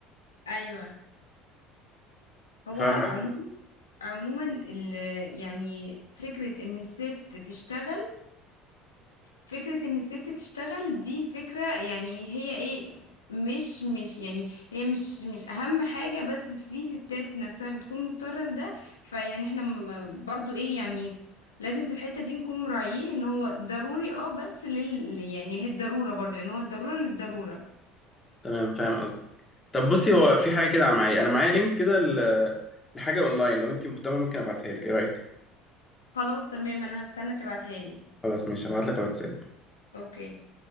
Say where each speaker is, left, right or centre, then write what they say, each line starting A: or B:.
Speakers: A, on the left; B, on the left.
A: أيوة هو
B: فاهم
A: عموما
B: قصدي؟
A: عموما ال... يعني فكرة إن الست تشتغل فكرة إن الست تشتغل دي فكرة يعني هي إيه مش مش يعني هي مش مش أهم حاجة بس في ستات نفسها بتكون مضطرة لده فيعني احنا م- برضو إيه يعني لازم في الحتة دي نكون مراعيين إن هو ضروري اه بس لل يعني للضرورة برضو يعني هو الضرورة للضرورة
B: تمام فاهم قصدك طب بصي هو في حاجة كده معايا أنا معايا لينك كده ل- لحاجة أونلاين لو أنت مهتمة ممكن أبعتها لك إيه رأيك؟
A: خلاص تمام انا هستنى تبعتها لي
B: خلاص ماشي هبعت لك على الواتساب
A: اوكي